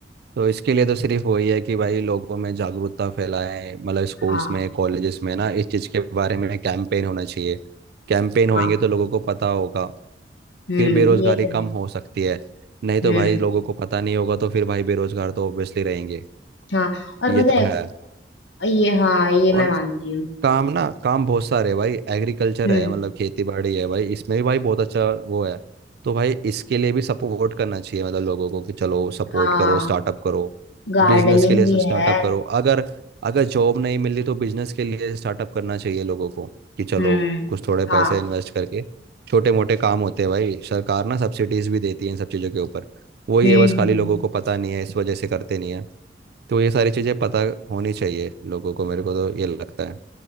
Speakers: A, on the right; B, on the left.
A: तो इसके लिए तो सिर्फ वही है कि भाई लोगों में जागरूकता फैलाएं मतलब स्कूल्स
B: हाँ
A: में कॉलेजेस में ना इस चीज़ के बारे में कैंपेन होना चाहिए कैंपेन होएंगे
B: हाँ
A: तो लोगों को पता होगा
B: हम्म
A: फिर बेरोजगारी
B: ये तो
A: कम
B: है
A: हो सकती है नहीं तो
B: हम्म
A: भाई लोगों को पता नहीं होगा तो फिर भाई बेरोजगार तो ऑब्वियसली रहेंगे
B: हाँ और
A: ये
B: पता
A: तो
B: है
A: है
B: ये हाँ ये
A: और
B: मैं मानती हूँ
A: काम ना काम बहुत सारे है भाई एग्रीकल्चर
B: हम्म
A: है मतलब खेती बाड़ी है भाई इसमें भी भाई बहुत अच्छा वो है तो भाई इसके लिए भी सपोर्ट करना चाहिए मतलब लोगों को कि चलो सपोर्ट
B: हाँ
A: करो स्टार्टअप करो
B: गार्डनिंग
A: बिजनेस के लिए
B: भी
A: स्टार्टअप
B: है
A: करो अगर अगर जॉब नहीं मिल रही तो बिजनेस के लिए स्टार्टअप करना चाहिए लोगों को कि चलो
B: हम्म
A: कुछ थोड़े
B: हाँ
A: पैसे इन्वेस्ट करके छोटे मोटे काम होते हैं भाई सरकार ना सब्सिडीज भी देती है इन सब चीज़ों के ऊपर वही
B: हम्म
A: है बस खाली
B: हम्म।
A: लोगों को पता नहीं है इस वजह से करते नहीं है तो ये सारी चीज़ें पता होनी चाहिए लोगों को मेरे को तो ये लगता है